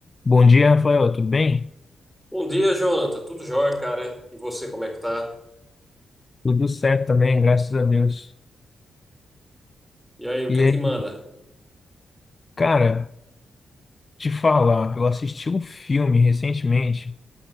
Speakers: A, on the left; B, in the centre.
A: Bom dia, Rafael, tudo bem?
B: Bom dia, Jonathan. Tudo jóia, cara? E você, como é que tá?
A: Tudo certo também, graças a Deus.
B: E aí, o
A: E
B: que é
A: aí,
B: que manda?
A: cara, te falar, eu assisti um filme recentemente,